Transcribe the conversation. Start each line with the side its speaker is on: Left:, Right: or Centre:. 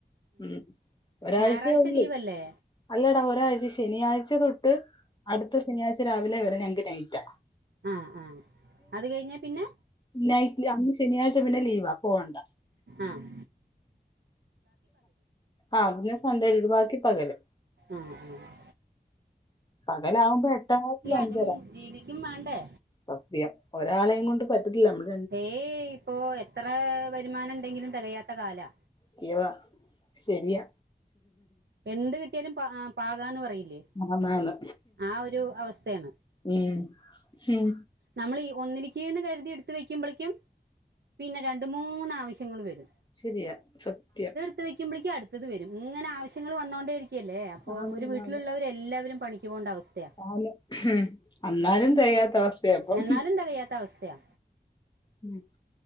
Left: ഉം ഒരാഴ്ചയേയുള്ളൂ
Right: ഞായറാഴ്ച ലീവല്ലേ
Left: അല്ലടാ ഒരാഴ്ച ശനിയാഴ്ച തൊട്ട് അടുത്ത ശനിയാഴ്ച രാവിലെ വരെ ഞങ്ങക്ക് നയിറ്റാ
Right: ആ ആ ആ അത് കഴിഞ്ഞാ പിന്നെ
Left: നൈറ്റ് അ <unintelligible> ശനിയാഴ്ച പിന്നെ ലീവാ പോവണ്ട
Right: ആഹ്
Left: ആഹ് പിന്നെ സൺണ്ടേയിലട് ബാക്കി പകല്
Right: ആഹ് ആഹ്
Left: പകലാവുമ്പോ എട്ടര ടു അഞ്ചര
Right: അതും ജീവിക്കും വേണ്ടേ
Left: സത്യം ഒരാളെയും കൊണ്ട് പറ്റത്തില്ല നമ്മള്-
Right: ഹേയ് ഇപ്പോ എത്ര വരുമാനം ഉണ്ടെങ്കിലും തെകയാത്ത കാലവ
Left: കിവ ശെരിയാ
Right: എന്ത് കിട്ടിയാലും പ ആ പാകാന്ന് പറയില്ലേ.
Left: ആന്ന് ആന്ന്
Right: ആ ഒരു അവസ്‌ഥെണ്.
Left: ഉം ഹും
Right: നമ്മൾ ഈ ഒന്നിലിക്കീന്ന് കര്തി ഇട്ത്ത് വെക്ക്യുമ്പളേക്കും പിന്നെ രണ്ട് മൂന്ന് ആവശ്യങ്ങള് വെരും.
Left: ശെരിയാ സത്യം.
Right: ത്ത് വെക്കുമ്പളേക്കും അട്ത്തത് വെരും ഇങ്ങനെ ആവശ്യങ്ങള് വന്നോണ്ടേയിരിക്കല്ലേ അപ്പോ
Left: ആന്ന്
Right: ഒരു വീട്ടിലുള്ളവരെല്ലാവരും
Left: ആന്ന്
Right: പണി ക്ക് പോണ്ട അവസ്ഥയാ
Left: ആന്ന് അന്നാലും തെയാത്ത അവസ്ഥയാ ഇപ്പം
Right: എന്നാലും തികയാത്ത അവസ്ഥയാ
Left: ഉം